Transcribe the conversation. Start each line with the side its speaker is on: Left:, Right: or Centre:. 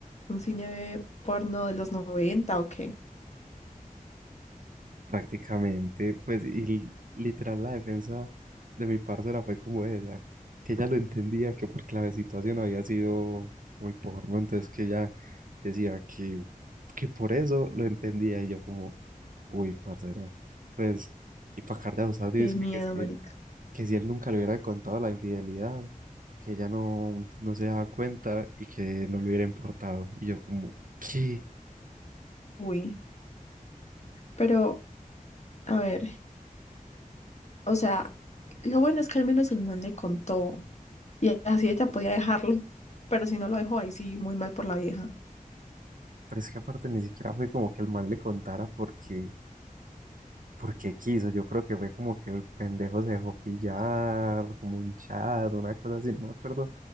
Left: un cine porno de los 90 o qué.
Right: Prácticamente, pues, y literal la defensa de mi parcera fue como esa, que ella lo entendía que por clave situación había sido muy porno, entonces que ella decía que, que por eso lo entendía, y yo como, uy, parcera, pues, y para acá de abusado,
Left: Qué
Right: y es que,
Left: miedo,
Right: que si,
Left: marica.
Right: que si él nunca le hubiera contado la infidelidad, que ella no, no se daba cuenta y que no le hubiera importado, y yo como, ¿qué?
Left: Uy, pero, a ver, o sea, lo bueno es que al menos el man le contó y así ella podía dejarlo, pero si no lo dejó ahí sí, muy mal por la vieja.
Right: Pero es que aparte ni siquiera fue como que el mal le contara porque porque quiso, yo creo que fue como que el pendejo se dejó pillar, como un chat, una cosa así, no me acuerdo